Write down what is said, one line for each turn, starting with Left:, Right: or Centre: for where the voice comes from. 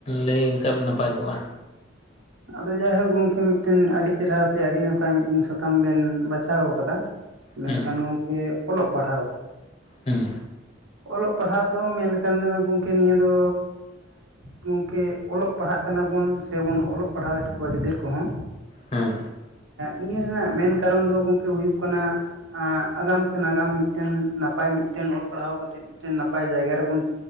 Left: ᱞᱟᱹᱭ ᱞᱮᱠᱷᱟᱱ ᱱᱟᱯᱟᱭ ᱠᱚᱜ-ᱟ
Right: ᱟᱫᱚ ᱡᱟᱭᱦᱳᱠ ᱜᱚᱢᱠᱮ ᱢᱤᱫᱴᱮᱱ ᱟᱹᱰᱤ ᱪᱮᱨᱦᱟ ᱥᱮ ᱟᱹᱰᱤ ᱱᱟᱯᱟᱭ ᱢᱤᱫᱴᱮᱱ ᱥᱟᱛᱟᱢ ᱵᱮᱱ ᱵᱟᱪᱷᱟᱣ ᱟᱠᱟᱫᱟ ᱢᱮᱱᱠᱷᱟᱱ
Left: ᱦᱮᱸ
Right: ᱜᱚᱝᱠᱮ ᱚᱞᱚᱜ ᱯᱟᱲᱦᱟᱣ
Left: ᱦᱩᱸ
Right: ᱚᱞᱚᱜ ᱯᱟᱲᱦᱟᱜ ᱫᱚ ᱢᱮᱱ ᱞᱮᱠᱷᱟᱱ ᱫᱚ ᱜᱚᱢᱠᱮ ᱱᱤᱭᱟᱹ ᱫᱚ ᱜᱚᱢᱠᱮ ᱚᱞᱚᱜ ᱯᱟᱲᱦᱟᱜ ᱠᱟᱱᱟᱵᱚᱱ ᱥᱮᱵᱚᱱ ᱚᱞᱚᱜ ᱯᱟᱲᱦᱟᱣᱮᱫ ᱠᱚᱣᱟ ᱜᱤᱫᱟᱹᱨ ᱠᱚᱦᱚᱸ
Left: ᱦᱮᱸ
Right: ᱱᱤᱭᱟᱹ ᱨᱮᱱᱟᱜ ᱢᱮᱱ ᱠᱟᱨᱚᱱ ᱫᱚ ᱜᱚᱝᱠᱮ ᱦᱩᱭᱩᱜ ᱠᱟᱱᱟ ᱟᱜᱟᱢ ᱥᱮ ᱱᱟᱜᱟᱢ ᱢᱤᱫᱴᱮᱱ ᱱᱟᱯᱟᱭ ᱢᱤᱫᱴᱮᱱ ᱚᱞ ᱯᱟᱲᱦᱟᱣ ᱠᱟᱛᱮ ᱢᱤᱫᱴᱮᱱ ᱱᱟᱯᱟᱭ ᱡᱟᱭᱜᱟ ᱨᱮᱵᱚᱱ